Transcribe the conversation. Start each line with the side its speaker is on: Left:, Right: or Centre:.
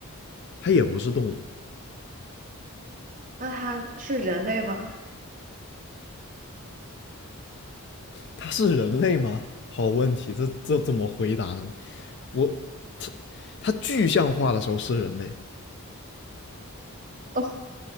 Left: 她也不是动物，
Right: 那他是人类吗？
Left: 她是人类吗？好问题，这这怎么回答呢？我，她她具象化的时候是人类，
Right: 哦，